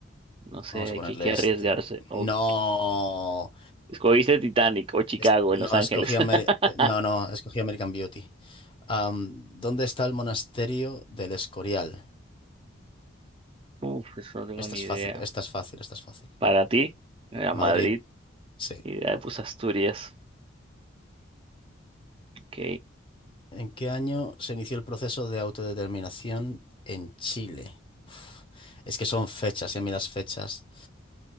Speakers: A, on the right; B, on the left.
A: No sé,
B: Vamos a
A: aquí
B: ponerle
A: hay que
B: esta.
A: arriesgarse. Ok.
B: No.
A: Escogiste Titanic o Chicago
B: es- No,
A: en Los Ángeles.
B: escogí Amer-
A: <laughs>
B: no, no, escogí American Beauty. Am, ¿dónde está el monasterio del Escorial?
A: Uf, eso no tengo
B: Esta
A: ni
B: es
A: idea.
B: fácil, esta es fácil, esta es fácil.
A: Para ti, era
B: Madrid,
A: Madrid
B: sí.
A: y ya puse Asturias. Ok.
B: ¿En qué año se inició el proceso de autodeterminación en Chile? Uf, es que son fechas, y a mí las fechas.